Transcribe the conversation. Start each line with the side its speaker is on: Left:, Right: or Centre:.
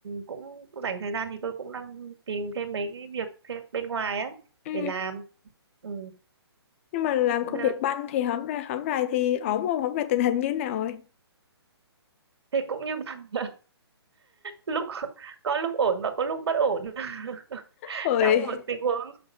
Right: cũng dành thời gian thì tôi cũng đang tìm thêm mấy cái việc thêm bên ngoài á
Left: ừ.
Right: để làm. Ừ.
Left: nhưng mà làm
Right: Ờ,
Left: công việc banh thì hổng ra hổng rày thì ổn không hổng rày tình hình như thế nào rồi
Right: Thì cũng như bà lúc <laughs> có lúc ổn và có lúc bất ổn <laughs>
Left: ôi
Right: trong một tình huống